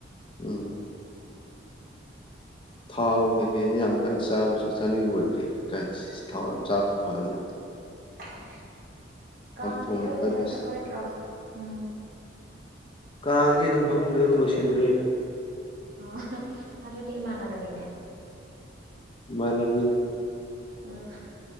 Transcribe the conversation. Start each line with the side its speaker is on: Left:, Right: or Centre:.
Left: ꯎꯝ ꯊꯥꯎ ꯀꯩꯀꯩꯁꯦ ꯌꯥꯝ ꯀꯟꯅ ꯆꯥꯕꯁꯨ ꯆꯥꯅꯤꯡꯕ ꯑꯣꯏꯗ꯭ꯔꯦ ꯍꯧꯖꯤꯛ ꯊꯥꯎ ꯌꯥꯝ ꯆꯥꯕꯁꯨ ꯐꯕ ꯅꯠꯇꯦ
Right: ꯑꯣ ꯀꯥꯡꯗꯤ
Left: ꯆꯝꯊꯣꯡꯅ
Right: ꯀꯣꯏꯕꯒ
Left: ꯈ꯭ꯋꯥꯏ ꯕꯦꯁ
Right: ꯆꯠꯂꯣꯏꯗ꯭ꯔꯣ ꯎꯝ
Left: ꯀꯥꯡꯁꯤ ꯑꯗꯨꯝ ꯐꯃꯨꯡꯗ ꯑꯗꯨꯝ ꯂꯣꯏꯁꯤꯟꯗꯣꯔꯦ
Right: ꯑꯣ ꯑꯗꯨꯗꯤ ꯏꯃꯥꯟꯅꯕꯅꯤꯅꯦ
Left: ꯏꯃꯥꯟꯅꯕꯤ
Right: ꯎꯝ